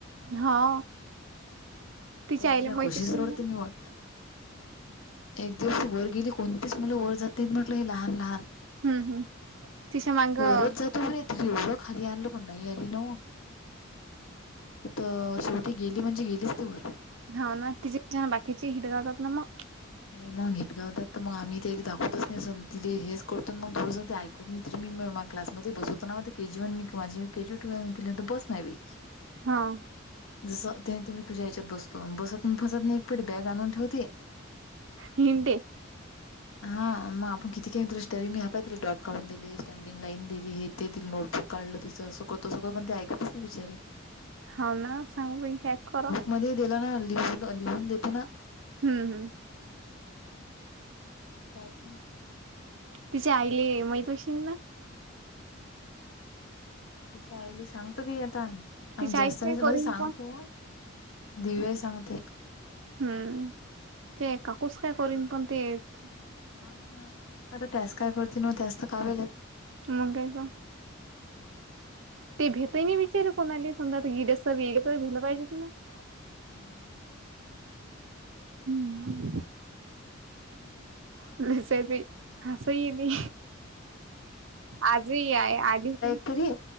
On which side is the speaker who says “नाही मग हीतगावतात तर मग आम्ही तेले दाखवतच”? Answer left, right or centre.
Left